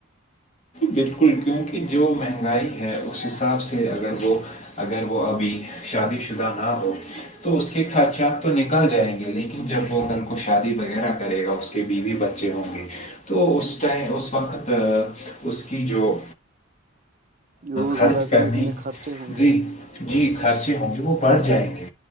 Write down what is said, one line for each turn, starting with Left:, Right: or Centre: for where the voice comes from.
Left: بالکل کیونکہ جو مہنگائی ہے اس حساب سے اگر وہ اگر وہ ابھی شادی شدہ نہ ہو تو اس کے خرچات تو نکل جائیں گے لیکن جب وہ گھر کو شادی وغیرہ کرے گا اس کے بیوی بچے ہوں گے تو اس اس وقت اس کی جو
Right: روزمرہ
Left: خرچ کرنے
Right: زندگی میں خرچے ہوں گے
Left: جی جی خرچے ہوں گے وہ بڑھ جائیں گے